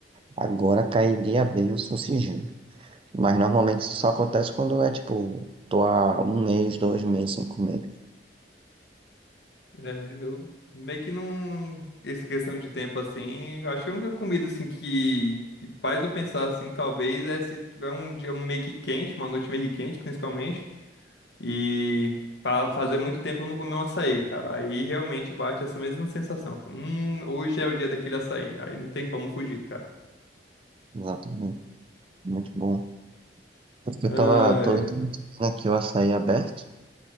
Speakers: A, on the right; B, on the left.
A: agora cairia bem o sucingem. Mas normalmente isso só acontece quando é tipo, tô há um mês, dois meses sem comer.
B: É, eu meio que não. Essa questão de tempo assim, eu acho que a única comida assim que, que faz eu pensar assim, talvez, é se tiver um dia meio que quente, uma noite meio que quente, principalmente. E fa- fazer muito tempo eu não comi um açaí, cara. Aí realmente bate essa mesma sensação. Fica, Hum, hoje é o dia daquele açaí. Aí não tem como fugir, cara.
A: Exatamente, muito bom. Tanto que
B: Ai,
A: Eu tava, tô literalmente vendo aqui o açaí aberto.